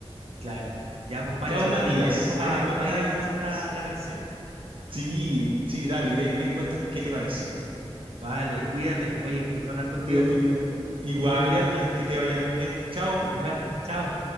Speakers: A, on the right (about 85°); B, on the right (about 55°).
A: Claro. Ya, pues Pancho,
B: Ya vos, Matías,
A: oye, te dejo para
B: ahí me cuentas,
A: ir a escuchar la, la canción.
B: sí, sí, dale, y de ahí me cuentas qué te pareció,
A: Vale, cuídate. Oye, un gusto hablar contigo.
B: cuídate igual, igual,
A: Que estés bien.
B: Matías, que te vaya muy bien, chao.
A: Igual, chao.